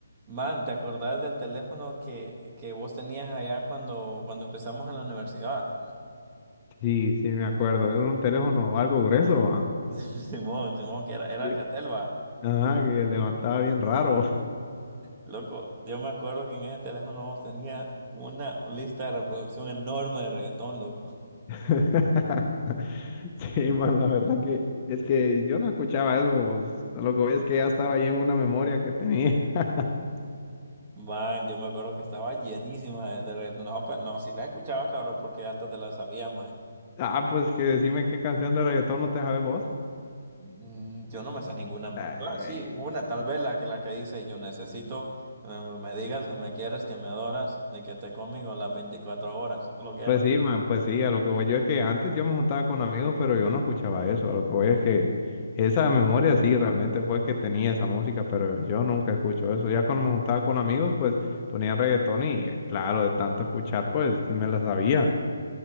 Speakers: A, on the right (about 30°); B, on the left (about 25°).
A: Man, ¿te acordás del teléfono que, que vos tenías allá cuando, cuando empezamos en la universidad?
B: Sí, sí, me acuerdo. Era un teléfono algo grueso. ah.
A: <laughs> Simón, Simón, que era, era
B: Bien.
A: Alcatel, va.
B: Ajá, que levantaba bien raro.
A: Loco, yo me acuerdo que en ese teléfono vos tenías una lista de reproducción enorme de reggaetón, loco.
B: <laughs> Sí, man, la verdad que es que yo no escuchaba eso. pues, Lo que voy es que ya estaba ahí en una memoria que tenía. <laughs>
A: Man, yo me acuerdo que estaba llenísima de, de reggaetón. No, pero no, si la escuchabas, cabrón, porque hasta te la sabías, más.
B: Ah, pues que decime qué canción de reggaetón no te sabes vos.
A: Mm, Yo no me sé ninguna más.
B: Ay,
A: No, Ah, sí, una, tal vez la que, la que dice, yo necesito eh, me digas que me quieres, que me adoras, ni que te conmigo las 24 horas, solo quiero.
B: Pues sí, man, pues sí, a lo que voy yo es que antes yo me juntaba con amigos, pero yo no escuchaba eso, a lo que voy es que esa memoria sí realmente fue que tenía esa música, pero yo nunca escucho eso, ya cuando me juntaba con amigos, pues ponían reggaetón y claro, de tanto escuchar, pues me la sabía.